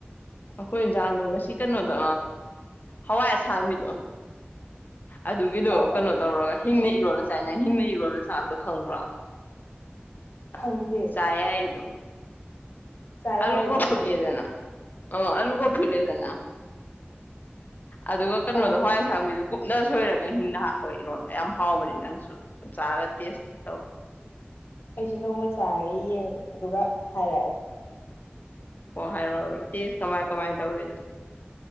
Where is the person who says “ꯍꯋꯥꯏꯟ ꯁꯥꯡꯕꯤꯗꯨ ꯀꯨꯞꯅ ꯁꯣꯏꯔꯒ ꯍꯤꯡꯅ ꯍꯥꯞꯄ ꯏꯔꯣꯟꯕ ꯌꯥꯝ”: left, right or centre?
Left